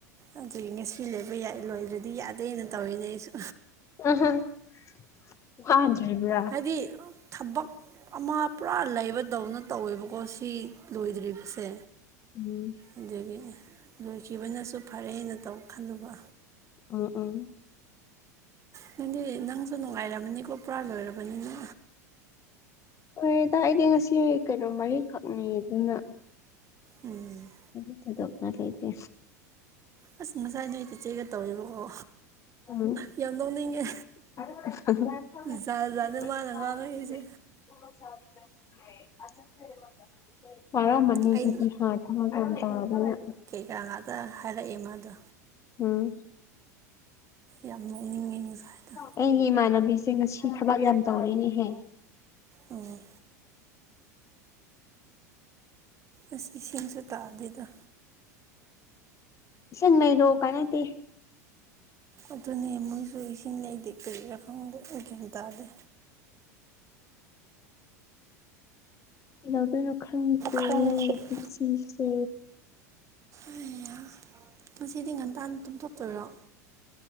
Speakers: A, on the right; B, on the left.
A: ꯑꯗꯨꯗꯒꯤ ꯉꯁꯤ ꯂꯩꯕꯏ ꯂꯣꯏꯔ꯭ꯔꯗꯤ ꯌꯥꯗꯦꯅ ꯇꯧꯔꯤꯅꯦ ꯑꯩꯁꯨ
B: <unintelligible> ꯋꯥꯗꯕ꯭ꯔ
A: ꯍꯥꯏꯗꯤ ꯊꯕꯛ ꯑꯃ ꯄꯨꯔꯥ ꯂꯩꯕꯗꯧꯅ ꯇꯧꯋꯦꯕꯀꯣ ꯁꯤ ꯂꯣꯏꯗ꯭ꯔꯤꯕꯁꯦ
B: ꯎꯝ
A: ꯑꯗꯒꯤ ꯂꯣꯏꯈꯤꯕꯅꯁꯨ ꯐꯔꯦꯅ ꯇꯧ ꯈꯜꯂꯨꯕ
B: ꯑꯨ ꯑꯨ
A: ꯅꯪꯗꯤ ꯅꯪꯁꯨ ꯅꯨꯡꯉꯥꯏꯔꯕꯅꯤꯀꯣ ꯄꯨꯔꯥ ꯂꯣꯏꯔꯕꯅꯤꯅ
B: ꯑꯣꯔꯦꯗ ꯑꯩꯗꯤ ꯉꯁꯤ ꯀꯩꯅꯣ ꯃꯔꯤꯈꯛꯅꯤ ꯑꯗꯨꯅ
A: ꯎꯝ
B: ꯀꯩꯁꯨ ꯊꯗꯣꯛꯅ ꯂꯩꯇꯦ
A: ꯑꯁ ꯉꯁꯥꯏ ꯅꯣꯏ ꯆꯦꯛꯒ ꯇꯧꯔꯤꯕꯀꯣ
B: <unintelligible>
A: ꯌꯥꯝ ꯅꯣꯛꯅꯤꯡꯉꯦ
B: <unintelligible>
A: ꯖꯥꯠ ꯖꯥꯠꯅꯦ ꯃꯥꯅ ꯉꯥꯡꯉꯛꯏꯁꯦ
B: <unintelligible> <unintelligible>
A: ꯑꯩ ꯀꯌꯥ ꯉꯥꯛꯇ ꯍꯥꯏꯔꯛꯏꯦ ꯃꯥꯗꯣ
B: ꯎꯝ <unintelligible>
A: ꯌꯥꯝ ꯅꯣꯛꯅꯤꯡꯉꯦ ꯉꯁꯥꯏꯗꯣ
B: ꯑꯩꯒꯤ ꯏꯃꯥꯟꯅꯕꯤꯁꯦ ꯉꯁꯤ ꯊꯕꯛ ꯌꯥꯝ ꯇꯧꯔꯤꯅꯦꯍꯦ
A: ꯑꯣ ꯑꯁ ꯏꯁꯤꯡꯁꯨ ꯇꯥꯑꯗꯦꯗꯥ
B: ꯁꯁꯤꯡꯅꯩ ꯔꯣ ꯀꯅꯦꯗꯤ
A: ꯑꯗꯨꯅꯦ ꯃꯣꯏꯁꯨ ꯏꯁꯤꯡꯅꯤ ꯅꯧꯗꯦ ꯀꯔꯤꯔꯥ ꯈꯪꯗꯦ ꯒ꯭ꯌꯥꯟ ꯇꯥꯗꯦ
B: ꯀꯩꯗꯧꯗꯣꯏꯅꯣ ꯈꯪꯗꯔꯤ
A: <unintelligible>
B: ꯉꯁꯤꯁꯦ
A: ꯑꯩꯌꯥ ꯉꯁꯤꯗꯤ ꯉꯟꯇꯥꯥꯟ ꯇꯨꯝꯊꯣꯛꯇꯣꯏꯔꯣ